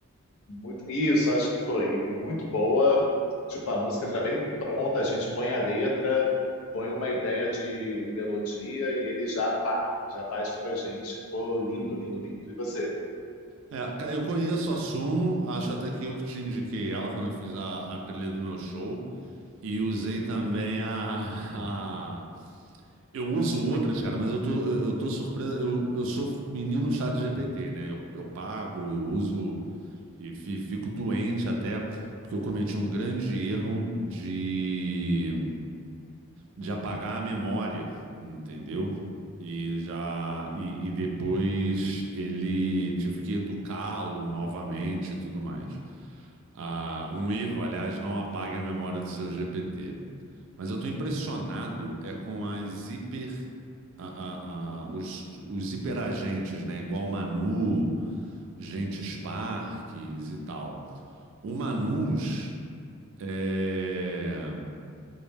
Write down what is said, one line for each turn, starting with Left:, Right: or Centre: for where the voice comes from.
Left: Muito, isso, acho que foi muito boa. Tipo, a música já vem pronta, a gente põe a letra, põe uma ideia de melodia e ele já pá, já faz pra gente. Ficou lindo, lindo, lindo. E você?
Right: É, ca- eu conheço a Suno, acho até que eu que te indiquei ela quando eu fiz a, a trilha do meu show. E usei também a, <laughs> a- Eu uso outras, cara, mas eu tô, eu eu tô surpreso. Eu, eu sou menino chat GPT, né? Eu, eu pago, eu uso e fi- fico doente até, porque eu cometi um grande erro de de apagar a memória, entendeu? E já e, e depois ele tive que educá-lo novamente e tudo mais. Ah, um erro, aliás, não apague a memória do seu GPT. Mas eu estou impressionado é com as hiper a- a- a- os, os hiperagentes, né? Igual Manu, Gentes Parques e tal. O Manus é,